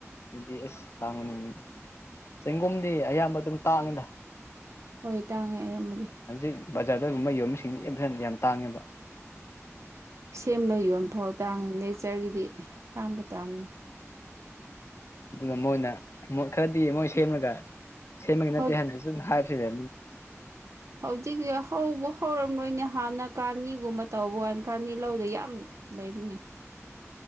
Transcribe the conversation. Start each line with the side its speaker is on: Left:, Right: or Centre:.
Left: ꯑꯦꯁ ꯇꯥꯡꯉꯅꯤ ꯆꯦꯡꯒꯣꯝꯗꯤ ꯑꯌꯥꯝꯕ ꯑꯗꯨꯝ ꯇꯥꯡꯉꯗ
Right: ꯍꯣꯏ ꯇꯥꯡꯉꯦ ꯑꯌꯥꯝꯕꯗꯤ
Left: ꯍꯧꯖꯤꯛ ꯕꯖꯥꯔꯗꯒꯨꯝꯕ ꯌꯣꯝꯕꯤꯁꯤꯡ ꯌꯥꯝꯊꯟ ꯌꯥꯝ ꯇꯥꯡꯉꯦꯕ
Right: ꯁꯦꯝꯕ ꯌꯣꯟꯕ ꯐꯥꯎ ꯇꯥꯡꯉꯤ ꯅꯦꯆꯔꯒꯤꯗꯤ ꯇꯥꯡꯕ ꯇꯥꯕꯅꯤ
Left: ꯑꯗꯨꯅ ꯃꯣꯏꯅ ꯈꯔꯗꯤ ꯃꯣꯏ ꯁꯦꯝꯃꯒ ꯁꯦꯝꯃꯒꯤ ꯅꯠꯇꯦ
Right: ꯍꯧ
Left: ꯍꯥꯏꯅꯁꯨ ꯍꯥꯏꯕ ꯁꯤꯔ
Right: ꯍꯧꯖꯤꯛꯇꯁ ꯍꯧꯕ ꯍꯧꯔꯝꯗꯣꯏꯅꯦ ꯍꯥꯟꯅ ꯀꯥꯅꯤꯒꯨꯝꯕ ꯇꯧꯕ ꯀꯅ ꯀꯥꯅꯤ ꯂꯧꯗ ꯌꯥꯝ ꯂꯩꯃꯤꯅꯦ